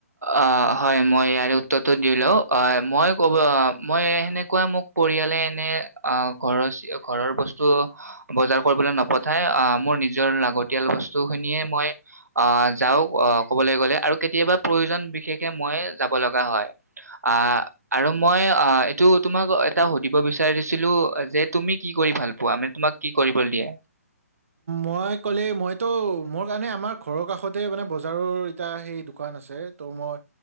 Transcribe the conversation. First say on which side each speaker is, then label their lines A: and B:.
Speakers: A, on the right; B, on the right.
A: অ', হয় মই ইয়াৰে উত্তৰটো দি লওঁ আহ' মই কব আহ' মই এনেকুৱা মোক পৰিয়ালে এনে অ', ঘৰচীয়া ঘৰৰ বস্তু বজাৰ কৰিবলৈ নপঠাই অ', মোৰ নিজৰ লাগতিয়াল বস্তু খিনিয়ে মই অ', যাওঁ কবলৈ গলে আৰু কেতিয়াবা প্ৰয়োজন বিশেষকৈ মই যাব লগা হয় অ', আৰু মই অ', এইটো তোমাক এটা সুধিব বিচাৰিছিলো যে তুমি কি কৰি ভাল পোৱা, মানে তোমাক কি কৰিব দিয়ে?
B: মই কলে, মইতো মোৰ কাৰণে আমাৰ ঘৰৰ কাষতেই মানে বজাৰৰ এটা সেই দোকান আছে তো' মই